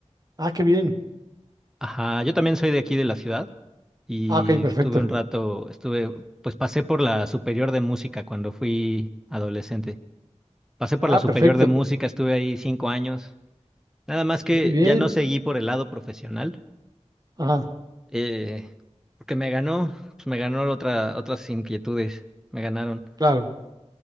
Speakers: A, on the right; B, in the centre.
A: Ah, qué bien.
B: Ajá, yo también soy de aquí de la ciudad y
A: Ah, ok, perfecto.
B: estuve un rato, estuve, pues pasé por la superior de música cuando fui adolescente. Pasé por
A: Ah,
B: la superior
A: perfecto.
B: de música, estuve ahí cinco años. Nada más que
A: Muy bien.
B: ya no seguí por el lado profesional,
A: Ajá,
B: eh, porque me ganó, pues me ganó otra, otras inquietudes, me ganaron.
A: claro.